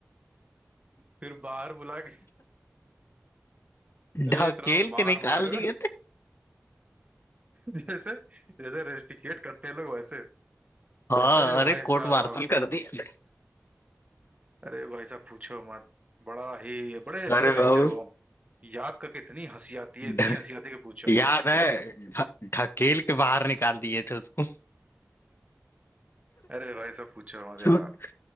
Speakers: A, on the right (about 30°); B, on the left (about 50°).
A: फिर बाहर बुला के अरे
B: ढकेल
A: इतना मार
B: के निकाल
A: मार
B: दिए थे
A: जैसे जैसे रेस्टिकेट करते हैं लोग वैसे
B: हाँ
A: अरे भाई
B: अरे कोर्ट
A: साहब
B: मार्शल कर दिए
A: अरे भाई साहब पूछो मत बड़ा ही बड़े अच्छे
B: अरे
A: दिन
B: बाबू
A: थे वो याद करके इतनी हंसी आती है
B: ढ-
A: इतनी हंसी आती है कि पूछो
B: याद
A: मत
B: है ढ- ढकेल के बाहर निकाल दिए थे उसको
A: अरे भाई साहब पूछो मत
B: छुट
A: यार